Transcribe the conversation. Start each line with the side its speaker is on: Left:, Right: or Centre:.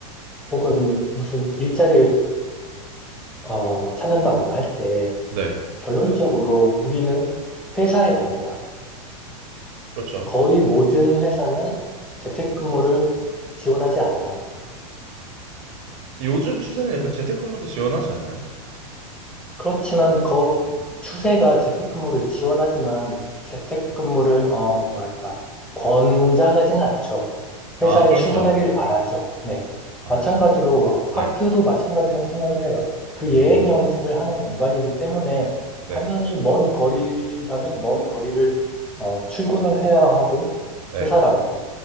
Centre: 혹은 무슨 일자리를 어, 찾는다거나 할 때, 네.
Right: 네,
Centre: 결론적으로 우리는 회사에 갑니다.
Right: 그렇죠.
Centre: 거의 모든 회사는 재택근무를 지원하지 않아요.
Right: 요즘 추세는 약간 재택근무도 지원하지 않나요?
Centre: 그렇지만 그
Right: 네.
Centre: 추세가 재택근무를 지원하지만 재택근무를 어 뭐랄까 권장하지는 않죠.
Right: 아,
Centre: 회사에
Right: 그렇죠.
Centre: 출근하기를 바라죠. 네.
Right: 아,
Centre: 마찬가지로 학교도
Right: 네.
Centre: 마찬가지라고 생각을 해요. 그
Right: 음,
Centre: 예행 연습을 하는 공간이기 때문에
Right: 네,
Centre: 당연히 먼 거리라면 먼 거리를 어 출근을 해야 하고
Right: 네.
Centre: 회사라면